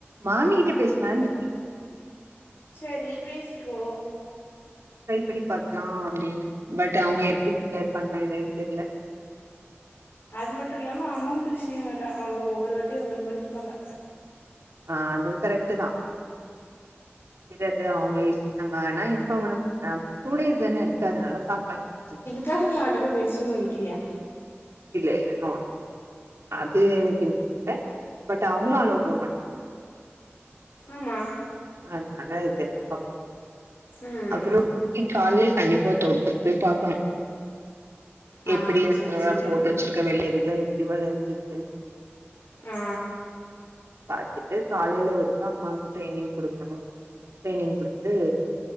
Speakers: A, on the right; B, on the left.
A: மாமிகிட்ட பேசுனான் இருக்கே
B: சரி பேச்கோ
A: ட்ரை பண்ணி பாத்துலா அப்டின்னு பட் அவங்க எப்டி ஃபீயா இருப்பாங்கா இல்லயான் தெரில
B: அது மட்டு இல்லாம அமௌண்ட் விஷியோ வேற அவங்க ஒவ்வொரு வாட்டியு ஒவ்வொரு மாரி இருப்பாங்க
A: ஆ அதுவு கரெக்டு தா சிலது அவங்க இஷ் நம்ம ஆனா இன்ஃபாம் பண்ணும் ஆ டூ டேஸ் தானே இருக்கு அதனால பாக்லா சரி
B: கஹனிய அவட்ட பெய் பேச்ணுனு நெனைக்கிறியா
A: இல்ல இல்ல நோ நோ அது எனக்கு இன்ட்ரெஸ்ட் இல்ல பட் அவங்களு அலோவ் பண்ண மாட்டாங்க
B: ஆமா
A: அதுனால தெரில பாப்
B: ம்
A: அப்புறோ நீ கால்லயே கண்டிப்பா தொட்டத்துக்கு போய் பாக்கணு
B: ஆ
A: எப்டி எனக்குனூவா
B: செரி செரி
A: போட்டு வச்சிருக்கே வெள்ளறிது எப்டிவா தெரிஞ்சிக்குனு
B: ஆ
A: பாத்துட்டு காலையில ஒருக்கா அம்மாக்கு ட்ரைனிங் குடுக்கணு ட்ரைனிங் குடுத்துடு